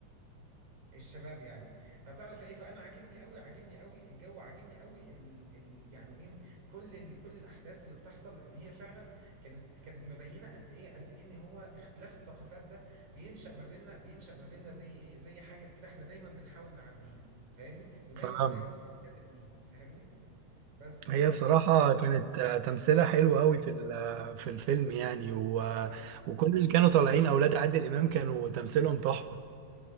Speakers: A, on the right; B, on the right.
A: الشباب يعني فبتعرف ايه فانا عاجبني قوي عاجبني قوي الجو عاجبني قوي ال ال يعني ايه كل ال كل الاحداث اللي بتحصل لان هي فعلا كانت كانت مبينه قد ايه قد ايه ان هو اختلاف الثقافات ده بينشا ما بيننا بينشا ما بيننا زي ايه زي حاجز كده احنا دايما بنحاول نعديه فاهمني ودايما
B: فاهم
A: بنحاول نجذب ليه فاهمني بس انت
B: هي
A: ايه
B: بصراحة كانت آه، تمثيلها
A: عادل
B: حلو
A: امام
B: قوي في ال- آه، في الفيلم يعني و...
A: اه
B: وكل اللي كانوا طالعين أولاد عادل إمام كانوا تمثيلهم تحفة